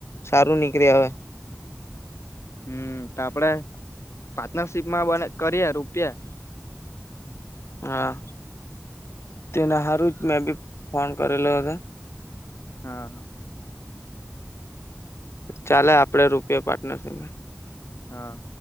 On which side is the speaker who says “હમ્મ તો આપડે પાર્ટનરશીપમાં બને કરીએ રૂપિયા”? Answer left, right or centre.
Left